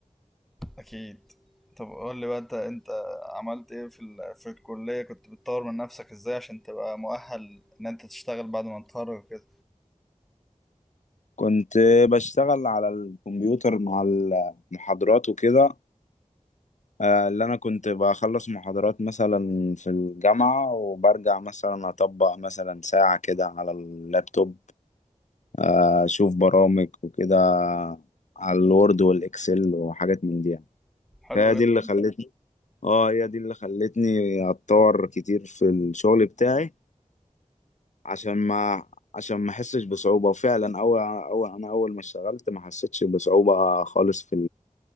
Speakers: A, in the centre; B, on the left.
A: أكيد طب قول لي بقى أنت أنت عملت إيه في ال... في الكلية كنت بتطور من نفسك إزاي عشان تبقى مؤهل إن أنت تشتغل بعد ما تتخرج كده
B: كنت بشتغل على الكمبيوتر مع المحاضرات وكده آه، اللي انا كنت بخلص محاضرات مثلا في الجامعة وبرجع مثلا اطبق مثلا ساعة كده على اللابتوب آه، اشوف برامج وكده على الوورد والاكسل وحاجات من دي يعني.
A: حلو
B: فهي دي
A: جدا
B: اللي خلتني اه هي دي اللي خلتني اتطور كتير في الشغل بتاعي عشان ما عشان ما احسش بصعوبة وفعلا اول اول انا اول ما اشتغلت ما حسيتش بصعوبة خالص في